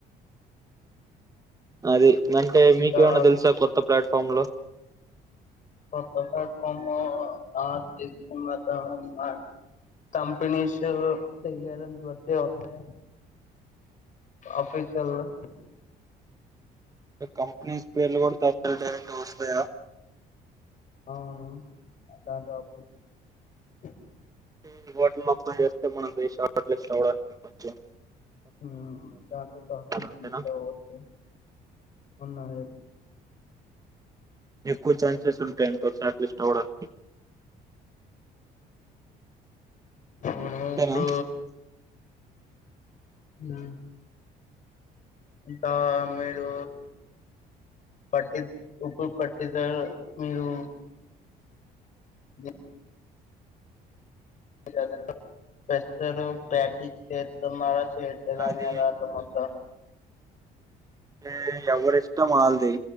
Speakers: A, on the right; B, on the left.
A: అది అంటే మీకేమన్నా
B: ఇంకా
A: తెలుసా కొత్త ప్లాట్ఫామ్ లో
B: కొత్త ప్లాట్ఫామ్ లో ఆ తెలిసిన అతను ఉన్నాడు కంపెనీస్ తయారస్ పడితే వత్తే ఆఫీసొళ్ళు
A: కంపెనీస్ పేర్లు కూడా తలు డైరెక్ట్ గా వస్తే
B: అవును దాంతో <unintelligible>
A: అంటే ఈ హోటల్ లోకి పొయ్యొస్తే మనకి షార్ట్ లిస్ట్ అవ్వడానికి కొంచం
B: హామ్ దాంతో షార్ట్ లిస్ట్
A: అంతేనా
B: తీసుకోవచ్చు అన్నాలే
A: ఎక్కువ చాన్సెస్ ఉంటాయ్ అంట షార్ట్ లిస్ట్ అవ్వడానికి
B: అవును
A: అత్తార
B: ఇప్పుడు హం తా మీరు పట్టి ఉప్పు పట్టిదార్ మీరు బ <unintelligible> వేస్తరు బ్యాటి చేత్తన్నాళ చేత్తదాని
A: అది
B: అంతమొత్తం
A: అంటే ఎవరిష్టం వాల్లది